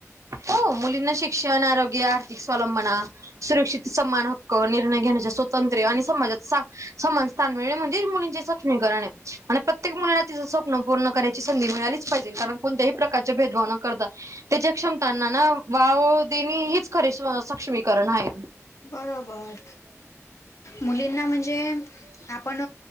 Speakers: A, on the right (about 75°); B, on the left (about 65°).
A: हो मुलींना शिक्षण, आरोग्य, आर्थिक स्वलंबना सुरक्षित समान हक्क निर्णय घेण्याच्या स्वातंत्र्य आणि समाजात समान समानता म्हणजे मुलींचे सुक्ष्मीकरण आहे आणि प्रत्येक मुलीलचं स्वप्न पूर्ण कराची संधी मिळालीच पाहिजे कारण कोणत्याही प्रकारचे भेदभाव करता. त्याच्या क्षमतांना ना वाव देनी हीच खरी सक्ष्मीकरण आहे.
B: बरोबर मुलींना म्हणजे आपण